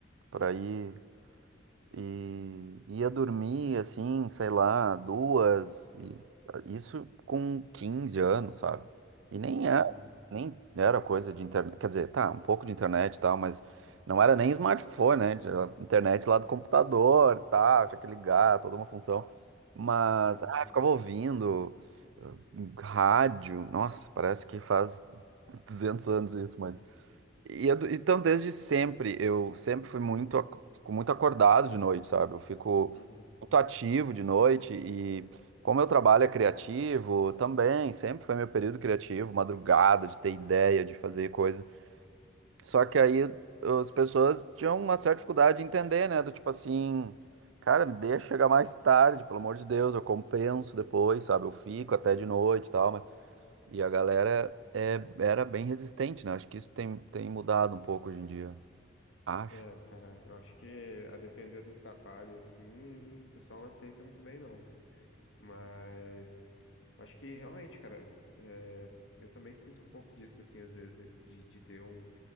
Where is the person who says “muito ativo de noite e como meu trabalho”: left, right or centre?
Right